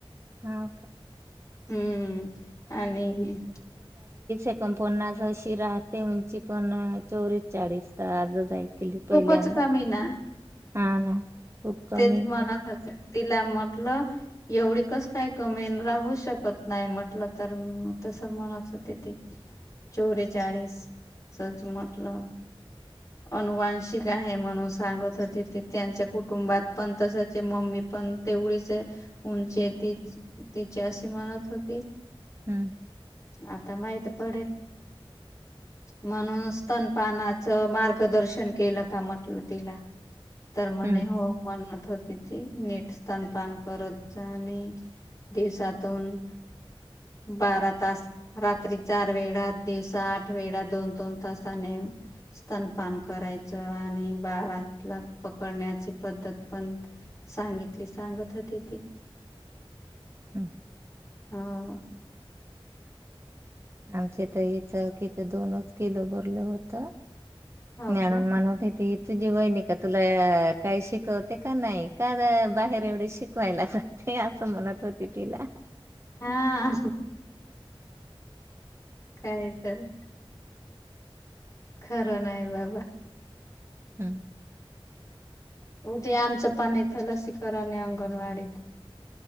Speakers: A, on the right; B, on the left.
A: हा
B: हम्म आणि
A: एकोन पन्नास अशी राहते उंची पण चौरे चाळीस त आजच ऐकली
B: खूपच
A: पहिल्यांदा
B: कमी ना
A: हा ना खूप कमी
B: तेच म्हणत
A: हम्म
B: होते तिला म्हटलं एवढी कस काही कमी राहू शकत नाय. म्हटलं तर तस म्हणत होते ते चौवेचाळीस सच म्हटलं. अनुवांशिक आहे म्हणून सांगत होते ते त्यांच्या कुटुंबात पण तस च मम्मी पण तेवढीच ये उंची ती तिची अशी म्हणत होती.
A: हम्म
B: आता माहित पडेल. म्हणून स्तनपानाच मार्गदर्शन केलं का म्हटल तिला तर म्हणे
A: हम्म
B: हो. म्हणत होती ती नीट स्तनपान करत आणि दिवसातून बारा तास रात्री चार वेळा दिवसा आठ वेळा दोन दोन तासत नी स्तनपान करायच आणि बाळाला पकडण्याची पद्धत पण सांगितली सांगत होती ती
A: हम्
B: हो
A: आमच तर हीचं किती दोनच किलो भरलं व्हतं.
B: हो
A: मॅडम
B: का
A: म्हणत होती. तुझी बहिणी का तुला काय शिकवते का नाही का बाहेर एवढे शिकवायला लावते. ती अस म्हणत होती तिला
B: हा काय तर खरं नाही बाबा.
A: हम्म
B: हो ते आमचंपण इथं लसीकरण हाय अंगणवाडीत.